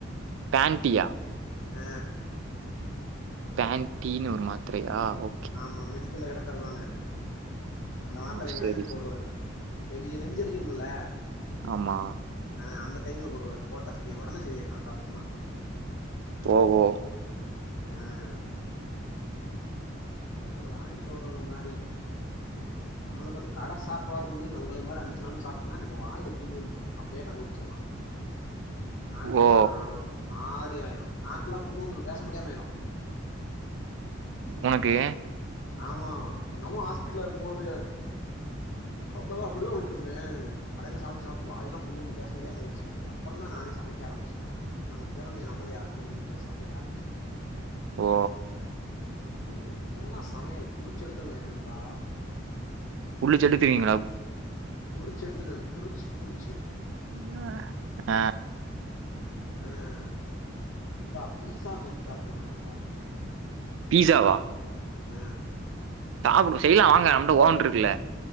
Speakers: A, on the right (about 70°); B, on the left (about 80°).
A: பேன்டியா
B: அ
A: பேன் டீன்னு ஒரு மாத்திரையா ஓ
B: ஆமா மெடிக்கல்ல கேட்டா தருவாங்க அந்த மாத்திரைய
A: ஓ! சரி,
B: வாங்கி போடுவாரு
A: சரி.
B: ஹெவிய நெஞ்செரியும்ல
A: ஆமா
B: ஆஹ் அந்த டைம்ல போடுவாரு போட்டா சரி உடனே சரியாயிடு சாப்டம்னா
A: ஓ ஹோ
B: அஹ் ஒரு ஒரு ஆளுக்கு ஒரு ஒரு மாரி நம்ளுக்கு வந்து கடை சாப்பாடு வந்து உங்களே மாரி அஞ்சு நாள் சாப்டோனா எனக்கு வாயில புண்ணு வந்துரு அப்பயே கண்டுபிடிச்சில்லா நாக்கல்லா
A: ஓ!
B: ஒரு மாதிரி ஆயிறு நாக்கெல்லா புண்ணு வந்துடு பேச முடியாம ஆயிரும்
A: உனக்கு
B: ஆமா எங்க அம்மா ஹாஸ்பிடல்ல இருக்கும் போது அப்பதா அப்டிதா பண்ட்டுஇருந்தே கடைல சாப்டு சாப்டு வாயெல்லா புண்ணு வந்து பேச முடியாம ஆயிருச்சு அதுக்கு அப்புறந் தா நானே சமைக்க ஆரம்பிச்சே நம்ம திறமைய நம்மளே இறக்குவோனு சொல்லி சமைக்க ஆரம்பிச்சே
A: ஓ
B: ம் இப்ப நா சமையல் பிரிச்சி எடுத்துருவே நண்பா
A: உள்ளு செ எடுத்துவீங்களா
B: பிரிச்சி எடுத்துருவே பிரிச்சி பிரிச்சி
A: என்ன அ
B: ஆ நண்பா பீஸா செஞ்சு சாப்புல்லா நண்பா
A: பீஸாவா
B: அ
A: சாப்டு செய்யலா வாங்க நம்மட ஓவன் இருக்குல